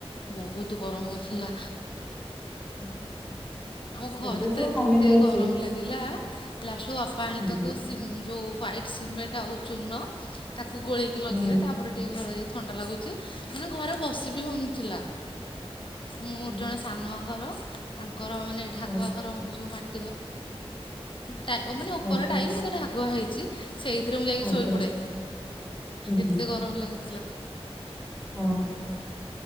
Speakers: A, on the left (about 50°); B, in the centre.
A: ବହୁତୁ ଗରମ ହଉଥିଲା।
B: <inaudible>
A: ଆମ ଘରେ
B: ଏବେ
A: ତ ଏତେ
B: କମି ଯାଇଛି
A: ଗରମ୍ ଲାଗିଲା ଲାଷ୍ଟ୍ କୁ ବାପା ଆଣି
B: ହୁଁ
A: ତାକୁ
B: ହୁଁ
A: ସିମ୍ ଯଉ ହ୍ୱାଇଟ୍ ସିମେଣ୍ଟ୍ ଆଉ ଚୂନ ତାକୁ ଗୋଳେଇକି ଲଗେଇଲେ
B: ହୁଁ,
A: ତାପରେ ଟିକେ ଘର ଯାଇ ଥଣ୍ଡା ଲାଗୁଚି ମାନେ ଘରେ ବସି ବି ହଉନଥିଲା ମୁଁ
B: ହୁଁ,
A: ଜଣେ ସାନ ଘର ତାଙ୍କର ମାନେ ଢାଗୁଆ
B: ହଉ।
A: ଘର ଯଉ ମାଟି ଘ ଟା -ଉ-ମାନେ ଉପର
B: ଆଜ୍ଞା
A: ଟାଇଲି କିନ୍ତୁ ଢାଗୁଆ ହେଇଚି। ସେଇଥିରେ ମୁଁ ଯାଇକି
B: ଆଜ୍ଞା
A: ଶୋଇପଡେ
B: ହୁଁ
A: ଏତେ ଗରମ୍ ଲାଗୁଥିଲା।
B: ହଁ-ହଁ।